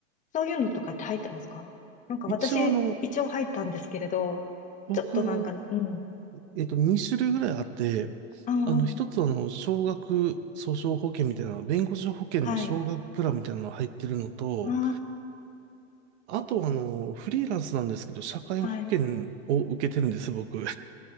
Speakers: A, on the left; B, on the right.
A: そういうのとかって入ってますかなんか私、
B: 一応あの、
A: 一応入ったんですけれど、
B: 僕、
A: ちょっとなんか、うん。
B: えっと、2種類ぐらいあって、
A: ああ、
B: あの、一つはあの、少額訴訟保険みたいな、弁護士保険の少額プランみたいなのが入ってるのと、
A: はい。あ
B: あとあの、フリーランスなんですけど、社会保険を受けてるんです、
A: あ、はい。
B: 僕。